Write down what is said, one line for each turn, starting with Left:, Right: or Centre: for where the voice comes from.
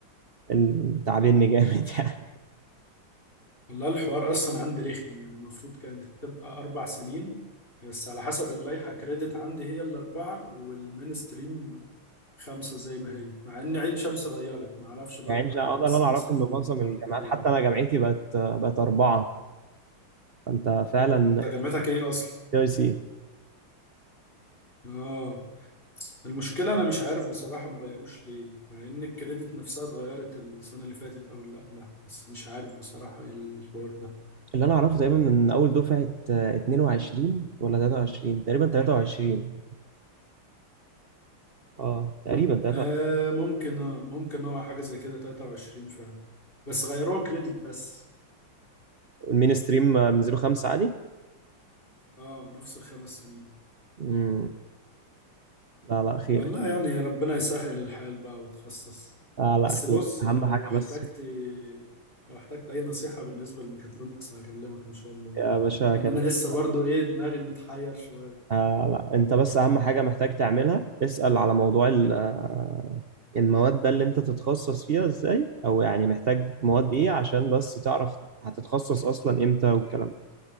Right: ال- تعبني جامد <laughs> يعني
Left: والله الحوار اصلا عندي رخم يعني المفروض كانت تبقى اربع سنين بس على حسب اللائحه كريدت عندي هي الاربعه والمينستريم خمسه زي ما هي مع ان عين شمس غيرت ما اعرفش بقى
Right: يعني
Left: القاهره
Right: مش هقدر
Left: لسه
Right: اللي انا اعرفه
Left: ماسكه
Right: ان
Left: في
Right: معظم
Left: الحوار
Right: الجامعات
Left: ده ليه
Right: حتى انا جامعتي بقت بقت اربعه فانت فعلا
Left: انت جامعتك ايه اصلا
Right: اي سي
Left: اه المشكله انا مش عارف بصراحه ما غيروش ليه مع ان الكريدت نفسها اتغيرت السنه اللي فاتت او اللي قبلها بس مش عارف بصراحه ايه الحوار ده
Right: اللي انا اعرفه تقريبا من اول دفعه آه، 22 ولا 23 تقريبا 23 اه تقريبا 23
Left: آه ممكن اه ممكن اه حاجة زي كده 23 فعلا بس غيروها كريدت بس
Right: المين ستريم من 05 عادي
Left: اه نفس الخمس سنين
Right: مم. لا لا خير
Left: والله يعني ربنا يسهل الحال بقى واتخصص
Right: لا لا
Left: بس بص
Right: خير اهم
Left: لو
Right: حاجه
Left: احتجت
Right: بس
Left: لو احتجت اي نصيحة بالنسبة للميكاترونكس هكلمك ان شاء الله
Right: يا باشا
Left: يعني
Right: كلمني
Left: انا لسه برضو ايه دماغي متحير شوية
Right: آه لا انت بس اهم حاجه محتاج تعملها اسال على موضوع ال- آه، المواد ده اللي انت تتخصص فيها ازاي او يعني محتاج مواد ايه عشان بس تعرف هتتخصص اصلا امتى والكلام ده